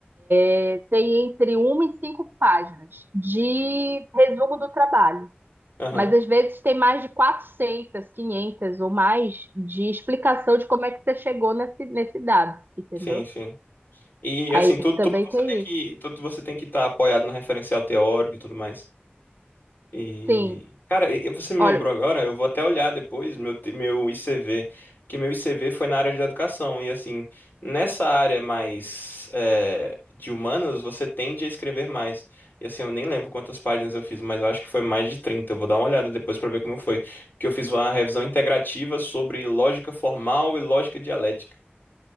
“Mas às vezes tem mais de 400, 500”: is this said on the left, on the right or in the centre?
Right